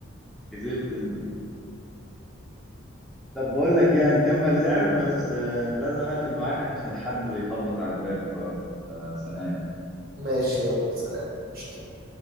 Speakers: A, in the centre; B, on the right.
A: كسبت انت طب بقول لك ايه هنكمل لعب بس آه، لازم اقفل معاك عشان حد بيخبط على الباب دلوقتي فسلام
B: ماشي يلا سلام قشطة.